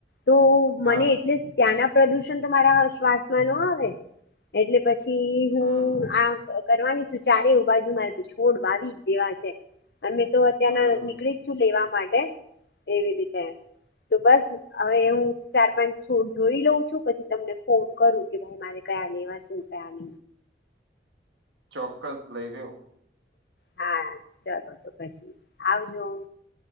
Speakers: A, on the left; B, on the right.
A: તો. મને
B: હા
A: એટલીસ્ટ ત્યાંના પ્રદુષણ તો મારા શ્વાસમાં ન આવે એટલે પછી. પછી હું
B: હમ
A: આ કરવાની છું ચારેવ બાજુ મારે તો છોડ વાવી જ દેવા છે. અને મેં તો અત્યારના
B: હમ
A: નીકળી જ છું લેવા માટે એવી રીતે. તો બસ હવે હું ચાર પાંચ છોડ જોઈ લઉં છું પછી તમને ફોન કરું કે ભાઈ. મારે કયા લેવા છે કયા ન.
B: ચોક્કસ લઈ રહ્યો.
A: હા ચાલો તો પછી આવજો.